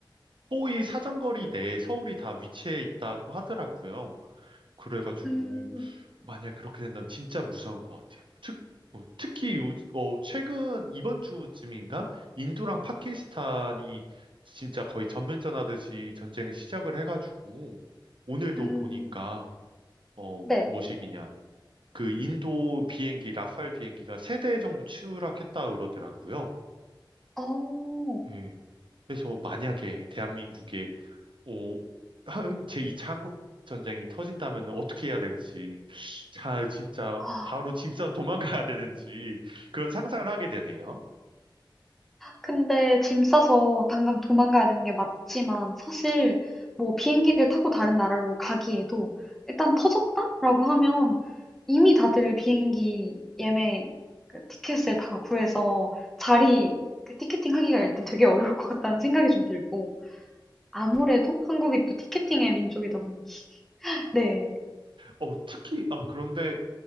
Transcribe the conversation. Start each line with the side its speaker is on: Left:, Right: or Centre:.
Right: 포의 사정거리 내에 서울이 다 위치해 있다고 하더라고요. 그래가지고
Centre: 음,
Right: 만약에 그렇게 된다면 진짜 무서운 것 같아요. 특, 어, 특히 요, 어, 최근 이번 주쯤인가 인도랑 파키스탄이 진짜 거의 전면전하듯이 전쟁을 시작을 해가지고 오늘도
Centre: 음,
Right: 보니까 어,
Centre: 네.
Right: 뭐시기냐 그 인도 비행기 라팔 비행기가 세 대 정도 추락했다 그러더라고요.
Centre: 어,
Right: 예. 그래서 만약에 대한민국에 오, 한- 제이 차 한국 전쟁이 터진다면 어떻게 해야 될지, 자, 진짜
Centre: 아,
Right: 바로 짐 싸서 도망가야 되는지 그런 상상을 하게 되네요.
Centre: 근데 짐 싸서 당장 도망가야 되는 게 맞지만 사실 뭐 비행기를 타고 다른 나라로 가기에도 일단 터졌다라고 하면 이미 다들 비행기 예매 그 티켓을 다 구해서 자리 그 티켓팅 하기가 일단 되게 어려울 것 같다는 생각이 좀 들고 아무래도 한국이 또 티켓팅의 민족이다 보니 <laughs> 네.
Right: 어, 특히 아 그런데